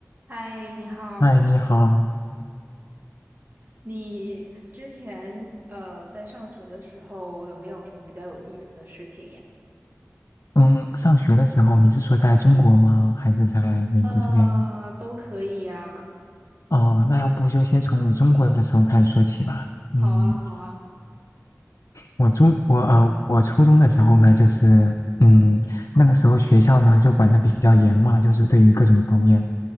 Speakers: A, on the right; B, on the left.
A: 嗨，你好。
B: 嗨，你好。
A: 你之前呃在上学的时候有没有什么比较有意思的事情呀？
B: 嗯，上学的时候你是说在中国吗？还是在美国这边呢
A: 呃，都可以呀。
B: 哦，那要不就先从我中国的时候开始说起吧。
A: 好啊，
B: 嗯，
A: 好啊。
B: 我初我呃我初中的时候呢，就是嗯那个时候学校呢就管的比较严嘛，就是对于各种方面，